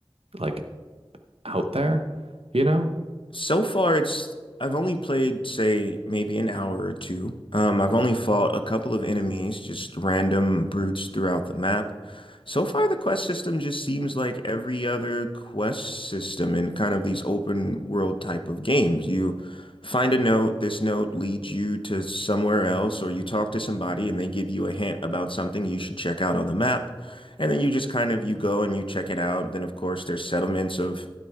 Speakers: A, on the right (about 85°); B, on the left (about 60°).
A: like out there, you know?
B: So far, it's I've only played, say, maybe an hour or two. Um, I've only fought a couple of enemies, just random brutes throughout the map. So far, the quest system just seems like every other quest system in kind of these open world type of games. You find a note, this note leads you to somewhere else, or you talk to somebody and they give you a hint about something you should check out on the map. And then you just kind of you go and you check it out. Then, of course, there's settlements of